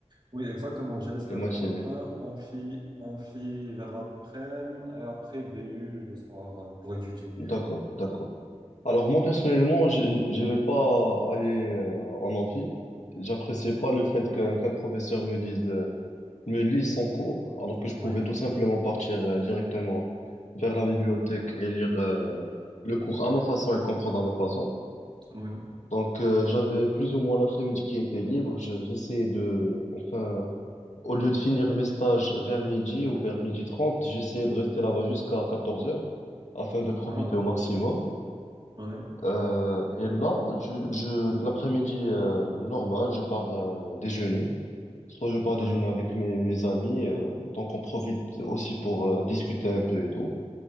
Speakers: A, on the right; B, on the left.
A: Oui, exactement. J'ai les stages
B: Les matinées.
A: le matin, amphi, amphi vers l'après-midi et après BU le soir euh, pour étudier.
B: D'accord, d'accord. Alors moi, personnellement, j'ai- j'aimais pas aller euh, en amphi. J'appréciais pas le fait qu'un qu'un professeur me dise, euh, me lise son cours, alors que je
A: Oui,
B: pouvais tout simplement partir euh, directement vers la bibliothèque et lire euh, le cours à ma façon et le comprendre à ma façon.
A: oui.
B: Donc, euh, j'avais plus ou moins l'après-midi qui était libre. Je- j'essayais de, enfin, au lieu de finir mes stages vers midi ou vers midi 30 j'essayais de rester là-bas jusqu'à 14 heures afin de profiter
A: Ah,
B: au maximum.
A: oui,
B: Euh, et là, je, je, l'après-midi, euh, normal, je pars, euh, déjeuner. Soit je pars
A: oui.
B: déjeuner avec mes, mes amis, euh, donc on profite aussi pour, euh, discuter un peu et tout.